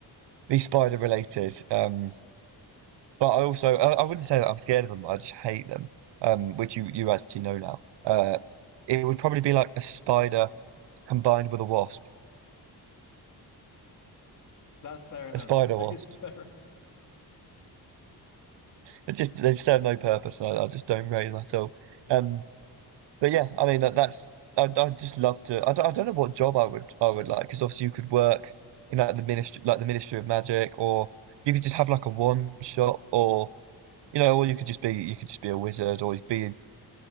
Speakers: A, on the right; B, on the left.
A: be spider related. Um, But I also I, I wouldn't say that I'm scared of them. I just hate them, um, which you you actually know now. Uh, it would probably be like a spider combined with a wasp,
B: That's fair enough.
A: a spider
B: <laughs> That
A: wasp.
B: is fair.
A: <laughs>
B: as-
A: It just they just serve no purpose, and I, I just don't rate them at all. Um, but yeah, I mean that, that's I I just love to. I don't, I don't know what job I would I would like because obviously you could work in like the ministry like the Ministry of Magic, or you could just have like a wand shop, or you know, or you could just be you could just be a wizard, or you could be